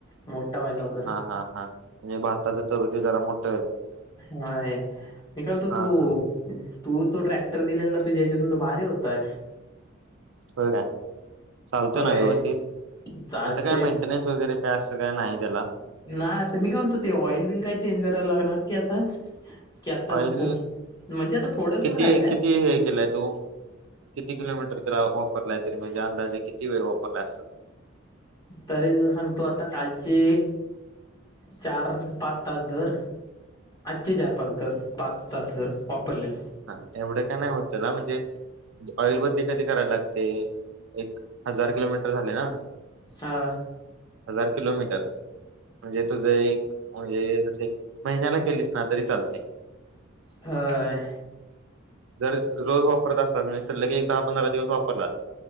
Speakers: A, on the left (about 20°); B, on the right (about 70°).
A: मोठा व्हायला वगरं
B: हा- हा नी भाताचं तरोजे जरा मोठ
A: नाय, मी काय म्हणतो
B: हा
A: तू
B: हा
A: तू तो ट्रॅक्टर दिलेला, तुझ्याहयाच्यातून तो भारी होता.
B: व्हय का? चालतोय
A: होय
B: ना व्यवस्थित, त्यांच
A: चालतोय
B: काय मेंटेनन्स वगैरे काय, असं काय, नाही त्याला
A: नाय, आता मी काय म्हणतो, ते ऑइल बिल काय चेंज कराय लागणार की आता? की आता नको
B: ऑईल
A: म्हणजे आता थोडसच
B: किती
A: राहिलय
B: किती हे केलाय तो? किती किलोमीटर तर वापरलाय, तरी म्हणजे, अंदाजे किती वेळ वापरलाय असं?
A: तरी, तुला सांगतो, आता कालचे चार्रर्र पाच तास धर चे चार-पाच धर्स, पाच तास धर, वापरलेल
B: हा, एवढं काय नाय होत, त्याला म्हणजे ऑइल बदली कधी कराय लागते, एक हजार किलोमीटर झाले ना?
A: हा
B: हजार किलोमीटर म्हणजे तुझं एक, म्हणजे जसे एक महिन्याला केलीस ना, तरी चालते
A: होय
B: जर रोज वापरत असता तुम्ही सर, लगे एक दहा-पंधराव्या दिवस वापरलास